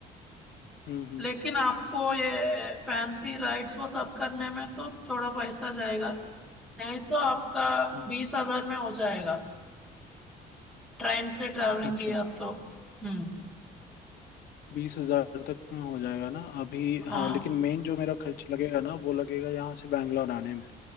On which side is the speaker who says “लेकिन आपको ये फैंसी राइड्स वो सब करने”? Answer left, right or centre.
Centre